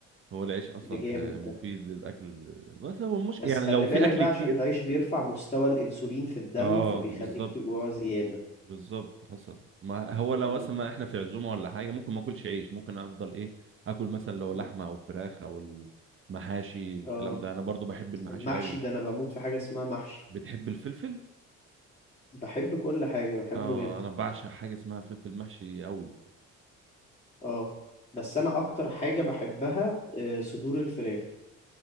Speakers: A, on the right; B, on the left.
A: هو العيش اصلا
B: ده جامد
A: ح- مفيد
B: ده
A: للاكل بس هو المشكله
B: بس
A: يعني
B: خلي
A: لو في
B: بالك
A: اكل
B: بقى
A: كتير
B: عشان العيش بيرفع مستوى الانسولين في الدم
A: اه
B: فبيخليك
A: بالظبط
B: تجوع زيادة
A: بالظبط حصل ما هو لو
B: مم.
A: مثلا ما احنا في عزومه ولا حاجه ممكن ما اكلش عيش ممكن افضل ايه اكل مثلا لو
B: مم.
A: لحمه او فراخ او المحاشي الكلام
B: اه
A: ده انا برضو بحب المحاشي
B: المحشي
A: قوي
B: ده انا بموت في حاجة اسمها محشي
A: بتحب الفلفل
B: بحب كل حاجة بحبه
A: اه
B: جدا
A: انا بعشق حاجه اسمها فلفل محشي قوي
B: اه بس انا اكتر حاجة بحبها آه، صدور الفراخ